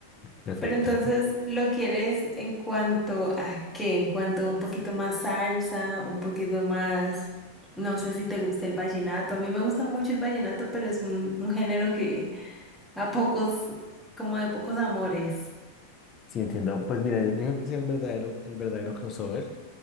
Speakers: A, on the left (about 30°); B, in the centre.
A: Perfecto.
B: Pero entonces,
A: <laughs>
B: ¿lo quieres en cuanto a qué? En cuanto a un poquito más salsa, un poquito más... No sé si te gusta el vallenato. A mí me gusta mucho el vallenato, pero es un, un género que a pocos, como de pocos amores.
A: Sí, entiendo. Pues mira, yo creo que es el verdadero, el verdadero crossover,